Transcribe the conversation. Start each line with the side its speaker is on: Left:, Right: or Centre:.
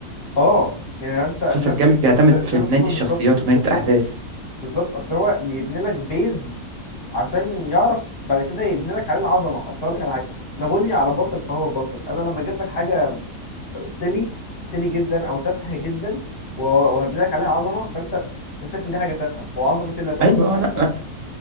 Left: اه يعني انت
Right: المسلسل
Left: نفس
Right: الجامد بيعتمد
Left: زي زي
Right: في
Left: ما
Right: بنايه
Left: انت بتقول
Right: الشخصيات
Left: بالظبط
Right: وبنايه
Left: بالظبط
Right: الاحداث
Left: بالظبط اصل هو بيبني لك بيز عشان يعرف بعد كده يبني لك عليه العظمه اصل اقول لك على حاجه ما بني على باطل فهو باطل انا لما اجيب لك حاجه سيلي سيلي جدا او تافهه جدا و- وهبني لك عليها عظمه فانت انا شايف ان دي حاجه تافهه هو عظمه إيه اللي هتبقى
Right: ايوه
Left: في حاجه
Right: اه لا
Left: تافهه
Right: لا